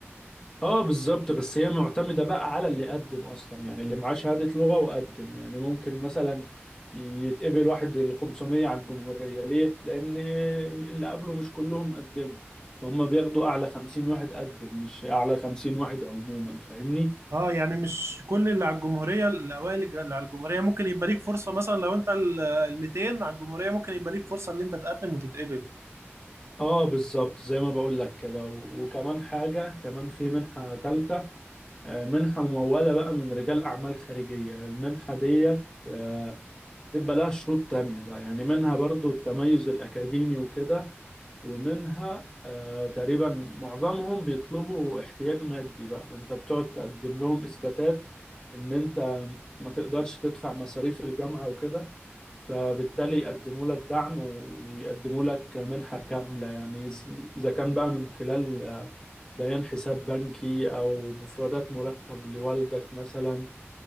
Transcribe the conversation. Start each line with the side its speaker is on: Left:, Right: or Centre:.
Left: اه بالظبط بس هي معتمدة بقى على اللي قدم اصلا يعني اللي معاه شهادة لغة وقدم يعني ممكن مثلا يتقبل واحد ال 500 على الجمهورية ليه؟ لان اللي قبله مش كلهم قدموا فهم بياخدوا اعلى 50 واحد قدم مش اعلى 50 واحد عموما فاهمني؟
Right: اه يعني مش كل اللي على الجمهورية الأوائل الج- اللي على الجمهورية ممكن يبقى ليك فرصة مثلا لو أنت ال ال 200 على الجمهورية ممكن يبقى ليك فرصة إن أنت تقدم وتتقبل
Left: اه بالظبط زي ما بقول لك كده و- وكمان حاجة كمان في منحة تالتة آه، منحة ممولة بقى من رجال اعمال خارجية المنحة ديت آه، تبقى لها شروط تانية بقى يعني منها برضو التميز الأكاديمي وكده ومنها آه تقريبا معظمهم بيطلبوا احتياج مادي بقى انت بتقعد تقدم لهم إثباتات ان انت ما تقدرش تدفع مصاريف الجامعة وكده فبالتالي يقدموا لك دعم و- ويقدموا لك منحة كاملة يعني إذ- إذا كان بقى من خلال آه، بيان حساب بنكي أو مفردات مرتب لوالدك مثلا